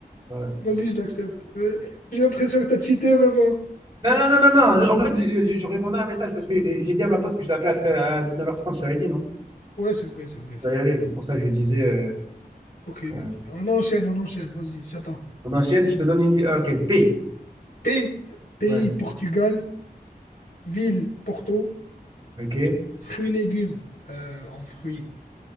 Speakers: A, on the right; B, on the left.
A: Voilà.
B: vas-y, je l'accepte. Euh, J'ai l'impression que t'as cheaté, mais bon.
A: Non, non, non, non, non. En fait, je, je- je répondais à un message parce que euh, j'ai dit à ma pote que je l'appelais à, tre- à 19h30, je t'avais dit, non?
B: Ouais, c'est vrai, c'est vrai.
A: Je dois y aller, c'est pour ça que je lui disais. euh,
B: Ok,
A: euh,
B: vas-y. On enchaîne, on enchaîne, vas-y, j'attends.
A: on enchaîne, je te donne une. ah, Ok, P.
B: P, pays
A: Ouais.
B: Portugal, ville Porto,
A: Ok,
B: fruits légumes euh, en fruits,